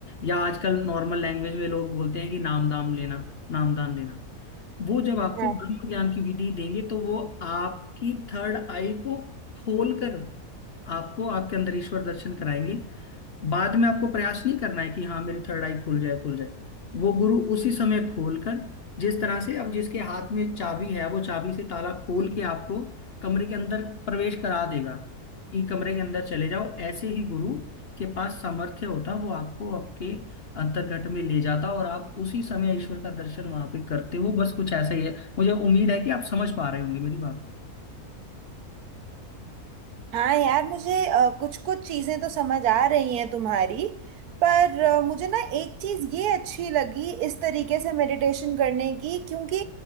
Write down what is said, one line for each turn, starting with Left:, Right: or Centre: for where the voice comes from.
Left: या आजकल नॉर्मल लैंग्वेज में लोग बोलते हैं कि नाम दाम लेना नाम दान लेना वो जब आपको
Right: हाँ
Left: ब्रह्म ज्ञान की विधि देंगे तो वो आपकी थर्ड आई को खोलकर आपको आपके अंदर ईश्वर दर्शन कराएंगे बाद में आपको प्रयास नहीं करना है कि हाँ मेरी थर्ड आई खुल जाए खुल जाए वो गुरु उसी समय खोलकर जिस तरह से अब जिसके हाथ में चाबी है वो चाबी से ताला खोल के आपको कमरे के अंदर प्रवेश करा देगा कि कमरे के अंदर चले जाओ ऐसे ही गुरु के पास सामर्थ्य होता वो आपको आपके अंतर्घट में ले जाता और आप उसी समय ईश्वर का दर्शन वहां पे करते हो बस कुछ ऐसा ही है मुझे उम्मीद है कि आप समझ पा रहे होंगे मेरी बात को
Right: हाँ यार मुझे कुछ कुछ चीजें तो समझ आ रही हैं तुम्हारी पर अ, मुझे ना एक चीज ये अच्छी लगी इस तरीके से मेडिटेशन करने की क्योंकि